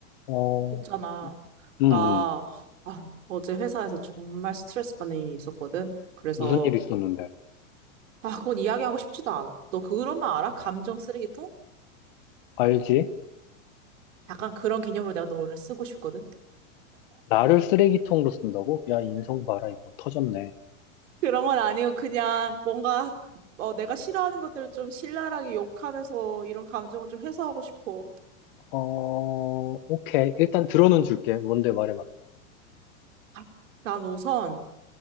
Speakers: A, on the left (about 40°); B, on the right (about 65°).
A: 어,
B: 있잖아.
A: 음,
B: 나,
A: 음.
B: 아, 어제 회사에서 정말 스트레스 받는 일이 있었거든. 그래서,
A: 무슨 일 있었는데?
B: 아, 그건 이야기하고 싶지도 않아. 너 그런 말 알아? 감정 쓰레기통?
A: 알지?
B: 약간 그런 개념으로 내가 너 오늘 쓰고 싶거든.
A: 나를 쓰레기통으로 쓴다고? 야, 인성 봐라, 이거. 터졌네.
B: 그런 건 아니고, 그냥 뭔가, 어, 내가 싫어하는 것들을 좀 신랄하게 욕하면서 이런 감정을 좀 해소하고 싶어.
A: 어, 오케이. 일단 들어는 줄게. 뭔데 말해봐.
B: 아, 난 우선,